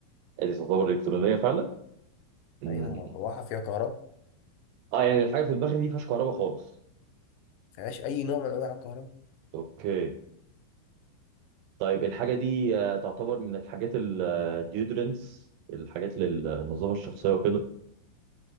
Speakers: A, on the right; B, on the left.
A: دي تعتبر الكترونية فعلا مم.
B: ايوه مروحه فيها كهرباء ما
A: اه يعني الحاجة في دماغي دي مفيهاش كهرباء خالص
B: فيهاش اي نوع من انواع الكهرباء
A: اوكي طيب الحاجة دي آه، تعتبر من الحاجات الديودرنس الحاجات للنظافة الشخصية وكده